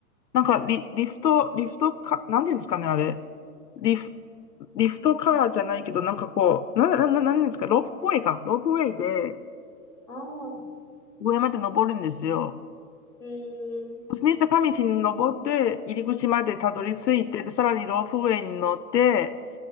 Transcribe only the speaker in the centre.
ああ、
ええ